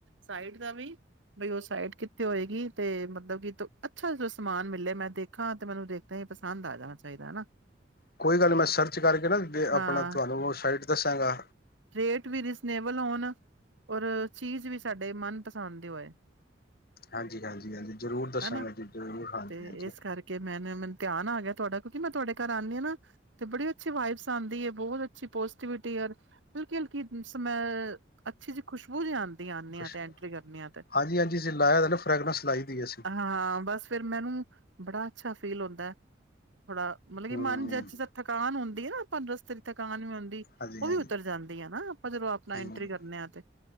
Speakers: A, on the right (about 85°); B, on the left (about 50°).
A: ਸਾਈਟ ਦਾ ਵੀ ਬਈ ਉਹ ਸਾਈਟ ਕਿੱਥੇ ਹੋਏਗੀ ਤੇ ਮਤਲਬ ਕਿ ਅੱਛਾ ਜੋ ਸਮਾਨ ਮਿਲਲੇ ਮੈਂ ਦੇਖਾ ਤੇ ਮੈਨੂੰ ਦੇਖਦ ਹੀ ਪਸੰਦ ਆ ਜਾਣਾ ਚਾਹੀਦਾ ਹਨਾ
B: ਕੋਈ ਗੱਲ ਨਹੀਂ ਮੈਂ ਸਰਚ ਕਰਕੇ ਨਾ
A: ਹਾਂ
B: ਆਪਣਾ ਤੁਹਾਨੂੰ ਉਹ ਸਾਈਟ ਦੱਸਾਂਗਾ
A: ਰੇਟ ਵੀ ਰੀਜ਼ਨੇਬਲ ਹੋਣ ਔਰ ਚੀਜ਼ ਵੀ ਸਾਡੇ ਮਨਪਸੰਦ ਦੀ ਹੋਏ
B: ਹਾਂਜੀ ਹਾਂਜੀ ਹਾਂਜੀ ਜ਼ਰੂਰ ਦੱਸਾਂਗਾ
A: ਹਨਾ
B: ਜੀ ਜ਼ਰੂਰ ਹਾਂਜੀ
A: ਤੇ
B: ਹਾਂਜੀ
A: ਇਸ ਕਰਕੇ ਮੈਨੇ ਮੈਨੂੰ ਧਿਆਨ ਆ ਗਿਆ ਤੁਹਾਡਾ ਕਿਉਂਕਿ ਮੈਂ ਤੁਹਾਡੇ ਘਰ ਆਉਂਦੀ ਹਾਂ ਨਾ ਤੇ ਬੜੀ ਅੱਛੀ ਵਾਈਬਸ ਆਉਂਦੀ ਹੈ ਬਹੁਤ ਅੱਛੀ ਪੋਜ਼ਟਿਵਿਟੀ ਹਲਕੀ ਹਲਕ ਸਮੈ ਅੱਛੀ ਜਿਹੀ ਖੁਸ਼ਬੂ ਜਿ ਆਂਦੀ ਆਦੇ
B: ਖੁਸ਼
A: ਹ ਤੇ ਐਂਟਰੀ ਕਰਨ ਆ ਤੇ
B: ਹਾਂਜੀ ਹਾਂਜੀ ਅਸੀਂ ਲਾਇਆ ਦਾ ਨਾ ਫਰੈਗਰੈਂਸ ਲਾਈ ਦੀ ਅਸੀਂ
A: ਹਾਂ ਬਸ ਫਿਰ ਮੈਨੂੰ ਬੜਾ ਅੱਛਾ ਫੀਲ ਹੁੰਦਾ ਹੈ ਥੋੜਾ ਮਤਲਬ ਕਿ
B: ਹੂੰ
A: ਮਨ ਜ ਜ ਦਾ ਥਕਾਨ ਹੁੰਦਾ ਨਾ ਪੰਦਰ ਸਤਰੀ ਤੱਕ ਆ ਨ ਆਂਦੀ
B: ਹਾਂਜੀ
A: ਉਹ
B: ਹਾਂਜੀ
A: ਵੀ ਉਤਰ ਜਾਂਦੀ ਆ ਨਾ ਆਪਾਂ ਜਦੋਂ ਆਪਣਾ ਐਂਟਰੀ
B: ਹੂੰ
A: ਕਰਨੇ ਹ ਤੇ,